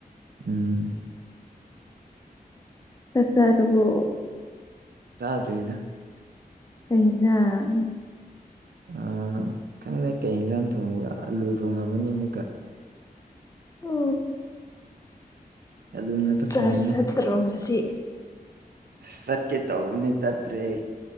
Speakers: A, on the right; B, on the left.
A: ꯎꯝ
B: ꯆꯥꯛ ꯆꯥꯔꯕꯣ
A: ꯆꯥꯗ꯭ꯔꯤꯗ
B: ꯀꯩ ꯖꯤꯡꯖꯥꯡ
A: ꯑ ꯈꯪꯗꯦ ꯀꯩ ꯍꯤꯖꯥꯡ ꯊꯣꯡꯕ꯭ꯔꯥ ꯑꯂꯨ ꯊꯣꯡꯉꯝꯃꯅꯤ ꯑꯃꯨꯛꯀ
B: ꯎ
A: ꯑꯂꯨ ꯉꯥꯛꯇ
B: ꯀꯂꯥꯁ
A: ꯊꯣꯡꯉꯤꯅꯦ
B: ꯆꯠꯇ꯭ꯔꯣ ꯉꯁꯤ
A: ꯆꯠꯀꯦ ꯇꯧꯕꯅꯦ ꯆꯠꯇ꯭ꯔꯦ ꯑꯩ